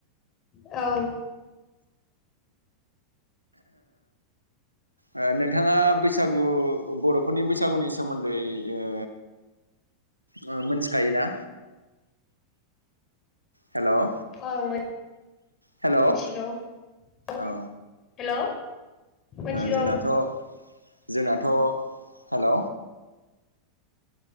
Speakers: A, on the left; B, on the right.
A: औ
B: ओ नोंथाङा बैस बैसागु बर'फोरनि बैसागुनि सोमोन्दै ओ ओ मोनथिखायोना? हेल'
A: ओं मोनथिगौ
B: हेल' औ
A: हेल'।
B: ओ
A: मोनथिगौ।
B: जोंनाथ' जोंनाथ' हेल'